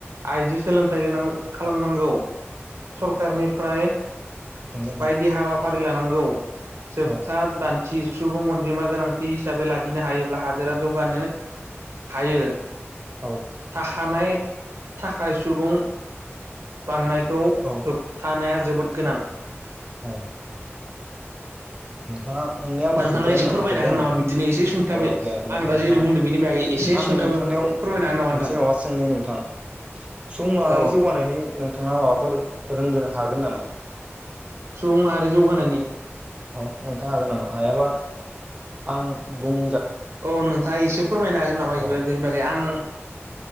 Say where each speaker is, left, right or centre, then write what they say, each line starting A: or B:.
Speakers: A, on the right; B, on the right.
A: आइजो सोलोंथाइ गोनां खालामनांगौ सरखारारनिफ्राय
B: नंगौ
A: बायदि
B: नोंथां
A: हाबाफारि लानांगौ जोबथा
B: औ
A: दान्थि सुबुं अनजिमा गोनांथि हिसाबै लाखिनो हायोब्ला हद जौगानो हायो
B: औ
A: थानाय थाखाय सुबुं बांनायखौ
B: औ
A: होबथानाया जोबोद गोनां।
B: औ नोंथांङा नोंनि आ
A: नोंथाङा
B: जोब्बायानो
A: एसे
B: नामा
A: फोरमायनो
B: जोब्बाय
A: हागोन
B: नामा नोंथां
A: बिदिनो एसे सुंथाबै
B: अ दे होमबा
A: आं
B: नोंथां
A: दा जेरै बुंदों बेनि बागै एसे
B: आं
A: सुंथाबै
B: नों नोंथांनिाव
A: फोरमायनो हागोन नामा
B: मोनसे
A: नोंथां
B: माबा सोंनि नोंथां सुबुं माहारि
A: औ
B: जौगानायनि नोंथाङा माबाफोर रोंगोनो हागोन नामा
A: सुबुं माहारि जौगानायनि
B: अ नोंथाङा हागोन नामा हायाबा आं बुं
A: औ नोंथाङा एसे फोरमायनो हागोन नामा
B: अ
A: बिबो बेनि बागै आं